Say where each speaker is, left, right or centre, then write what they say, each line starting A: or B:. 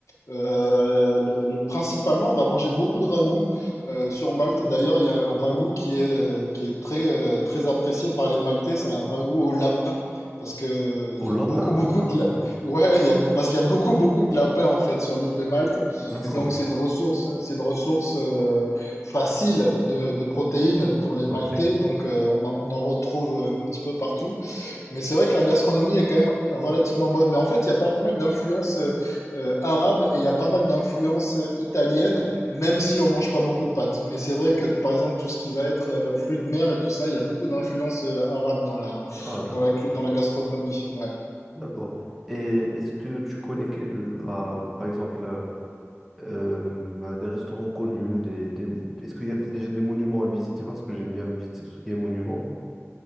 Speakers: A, on the left; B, in the centre.
A: Euh, le, le- principalement, on va manger beaucoup de ragoût euh, sur Malte. D'ailleurs, il y a un ragoût qui est, euh, qui est très, euh, très apprécié par les Maltais. C'est un ragoût au lapin parce que euh, il
B: Au
A: y
B: lapin.
A: a beaucoup, beaucoup
B: Ah
A: de la-
B: ouais,
A: ouais, il y a, parce qu'il y a beaucoup, beaucoup de lapins en fait sur l'île de Malte.
B: d'accord.
A: Et donc, c'est une ressource, c'est une ressource euh, facile de, de protéines pour les Maltais.
B: Ouais.
A: Donc, euh, on en, on en retrouve un petit peu partout. Mais c'est vrai que la gastronomie est quand même relativement bonne. Mais en fait, il y a pas mal d'influences euh, euh, arabes et il y a pas mal d'influences euh, italiennes, même si on mange pas beaucoup de pâtes. Mais c'est vrai que, par exemple, tout ce qui va être euh, fruits de mer et tout ça, il y a beaucoup d'influences euh, arabes dans la,
B: Ah d'accord,
A: dans la, cu- dans la gastronomie. Ouais.
B: d'accord. Et est-ce que tu connais quel- la, par exemple, euh, euh, bah, des restaurants connus, des, des, est-ce qu'il y a déjà des monuments à visiter? Parce que j'aime bien visiter tout ce qui est monuments.